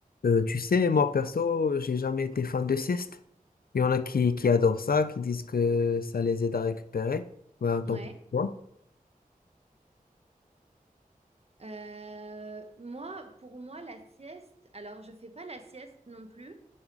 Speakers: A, on the left; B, on the right.
A: Euh, tu sais, moi perso, j'ai jamais été fan de sieste. Il y en a qui, qui adorent ça, qui disent que ça les aide à récupérer. Ben, tant
B: Ouais.
A: pour toi.
B: Euh, moi, pour moi, la sieste, alors je fais pas la sieste non plus